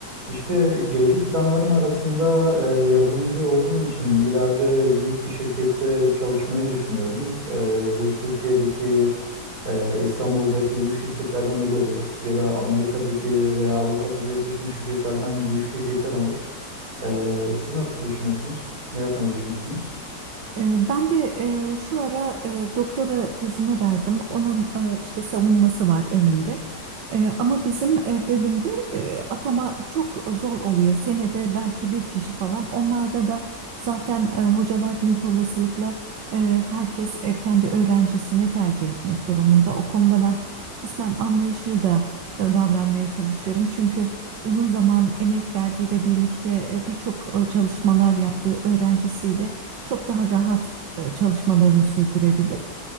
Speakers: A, on the right (about 60°); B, on the right (about 80°).
A: İşte gelecek planlarım arasında e, yazılımcı olduğum için ileride büyük bir şirkette çalışmayı düşünüyorum. E, bu Türkiye'deki, e, İstanbul'daki büyük şirketlerden biri olur ya da Amerika'daki veya Avrupa'daki yurt dışındaki şirketlerden büyük şirketler olur. E, siz nasıl düşünüyorsunuz? Ne yapmayı düşünüyorsunuz?
B: Ee, Ben de e, şu ara e, doktora tezimi verdim. Onun e, işte savunması var önümde. E, Ama bizim e, bölümde e, atama çok zor oluyor. Senede belki bir kişi falan. Onlarda da zaten e, hocalar büyük olasılıkla e, herkes e, kendi öğrencisini tercih etmek durumunda. O konuda ben kısmen anlayışlı da e, davranmaya çalışıyorum. Çünkü uzun zaman emek verdiği ve birlikte e, birçok e, çalışmalar yaptığı öğrencisiyle çok daha rahat e, çalışmalarını sürdürebilir.